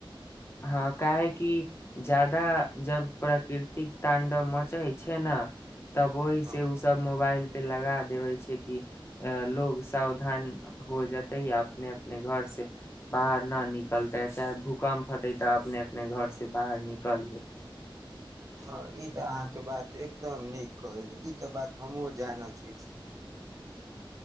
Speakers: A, on the left; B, on the right.
A: हँ काहे कि ज्यदा जब प्रकृतिक तांडव मचै छै ने तब ओहि से
B: हँ
A: ओ सब मोबाइल पे लगा देबे छै कि लोग सावधान हो जेतैय अपने अपने घर से बाहर न निकलते चाहे भूकम्प त अपने अपने घर से बाहर निकल जेतै
B: हँ ई तऽ अहाँके बात एकदम नीक कहली ई तऽ बात हमहूँ जानै छी